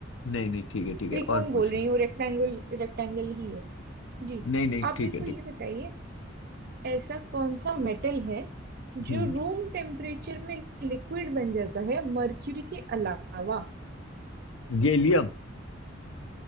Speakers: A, on the left; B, on the right.
A: नहीं नहीं ठीक है ठीक
B: त्रिकोण
A: है और पूछिए
B: बोल रही हूँ रेक्टेंगल रेक्टेंगल ही है जी
A: नहीं नहीं
B: आप
A: ठीक
B: मेरे को
A: है ठीक
B: ये बताइए ऐसा कौन सा मेटल है
A: है।
B: जो
A: हम्म
B: रूम टेम्परेचर में लिक्विड बन जाता है मर्क्यूरी के अलावा
A: गैलियम